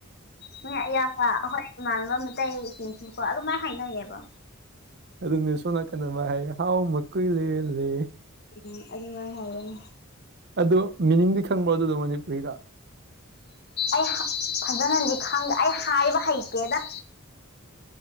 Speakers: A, on the left (about 50°); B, on the right (about 50°).
A: ꯍꯣꯏ ꯑꯌꯥꯝꯕ ꯍꯣꯏ ꯏꯃꯥꯟꯅꯕ ꯃꯩꯇꯩꯁꯤꯡꯁꯨꯀꯣ ꯑꯗꯨꯃꯥꯏꯅ ꯍꯥꯏꯅꯩꯌꯦꯕ
B: ꯑꯗꯨꯅꯦ ꯁꯣꯝ ꯅꯥꯀꯟꯅ ꯍꯥꯏ ꯍꯥꯎ ꯃꯀꯣꯏ ꯂꯦ ꯂꯦ‌꯫
A: ꯎꯝ ꯑꯗꯨꯃꯥꯏ ꯍꯥꯏ
B: ꯑꯗꯨ ꯃꯤꯅꯤꯡꯗꯤ ꯈꯪꯕ ꯑꯗꯨꯗꯣ ꯃꯅꯤꯄꯨꯔꯤꯗ
A: ꯑꯩ ꯐꯖꯅꯗꯤ ꯈꯪꯗꯦ ꯑꯩ ꯍꯥꯏꯕ ꯍꯩꯇꯦꯗ